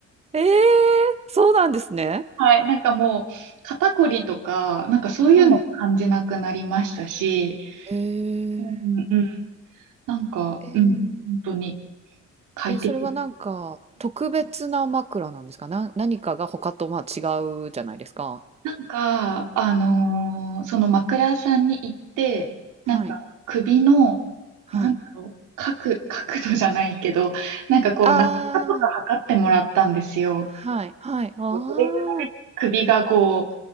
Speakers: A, on the right (about 20°); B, on the right (about 90°).
A: ええ、そうなんですね。
B: はい、なんかもう肩こりとか、なんかそういうの感じなくなりましたし、
A: はい。へえ。
B: うんうんうん、なんか、
A: え
B: うん、本当に快適。
A: え、え、それはなんか、特別な枕なんですか？な何かが他と、まあ、違うじゃないですか。
B: なんか、あのーその枕屋さんに行って、
A: うん。はい。
B: なんか首の、
A: はい。
B: なんだろう、角、角度じゃないけど、なんかこう、
A: あ
B: 長さとか測ってもらったんですよ。
A: あ。はい、はい、ああ、
B: こうどれぐらい首がこ